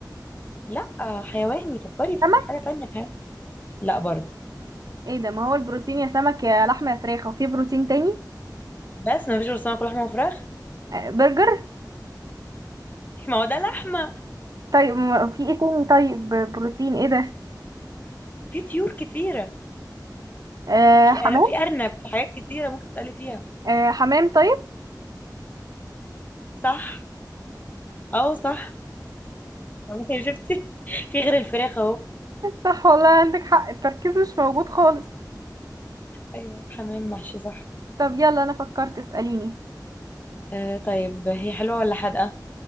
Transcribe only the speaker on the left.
لا آه، حيواني فكري في
حاجة تانية حيواني لا برضه
بس ما فيش غير سمك ولحمة وفراخ
ما هو ده لحمة
في طيور كتيرة
في
أر... في أرنب في حاجات كتيرة ممكن تسألي فيها
صح اه صح ممكن شفتي <laughs> في غير الفراخ اهو
ايوه حمام محشي صح
آه طيب هي حلوة ولا حادقة